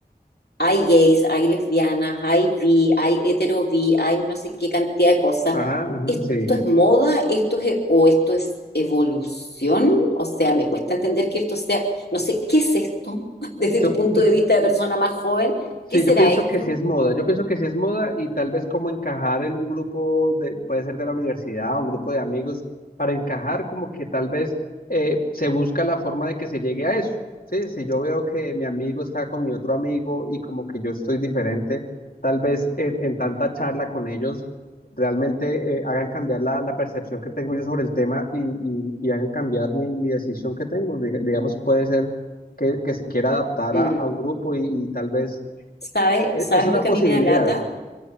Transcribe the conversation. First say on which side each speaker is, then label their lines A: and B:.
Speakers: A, on the left; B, on the left.
A: hay gays, hay lesbianas, hay bi, hay hetero bi, hay no sé qué cantidad de cosas.
B: Ajá, ajá,
A: ¿Esto
B: sí.
A: es moda? ¿Esto es, o esto es evolución? O sea, me cuesta entender que esto sea, no sé, ¿qué es esto? <laughs> Desde
B: Yo,
A: tu punto
B: yo
A: de vista de persona más joven,
B: Sí,
A: ¿qué será
B: yo pienso
A: esto?
B: que sí es moda, yo pienso que sí es moda y tal vez como encajar en un grupo de, puede ser de la universidad, un grupo de amigos, para encajar como que tal vez eh, se busca la forma de que se llegue a eso, ¿sí? Si yo veo que mi amigo está con mi otro amigo y como que yo estoy diferente, tal vez en, en tanta charla con ellos realmente eh, hagan cambiar la, la percepción que tengo yo sobre el tema y, y- y hagan cambiar mi, mi decisión que tengo, Diga- digamos, puede ser que, que se quiera adaptar
A: Mm,
B: a, a un grupo y y tal vez
A: ¿Sabes,
B: e-
A: sabes
B: Es una
A: lo
B: posibilidad,
A: que a mí me da lata?